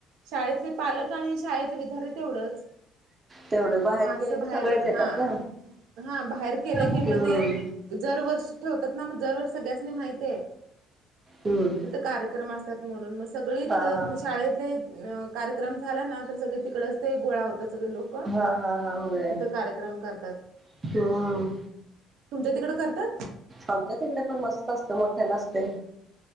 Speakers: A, on the right; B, on the right.
A: शाळेतले पालक आणि शाळेतले विद्यार्थी तेवढंच
B: तेवढं बाहेर
A: मासं
B: केलं
A: बाहेर
B: की सगळेच येतात
A: हा
B: ना
A: हा बाहेर केलं
B: हम्म
A: कि म ते जर वर्ष ठेवतात ना मग जर वर्ष सगळ्याचनी माहिते
B: हम्म
A: कार्यक्रम असतात. म्हणून मग सगळी तिथ
B: हा हा
A: शाळेत कार्यक्रम झाला ना तर सगळे तिकडच ते गोळा होतात. सगळे लोक
B: हा हा हा हा होय
A: तिथं कार्यक्रम करतात
B: हम्म
A: तुमच्या तिकड करतात?
B: आमच्या तिकडे पण मस्त असते मोठ्या नसते.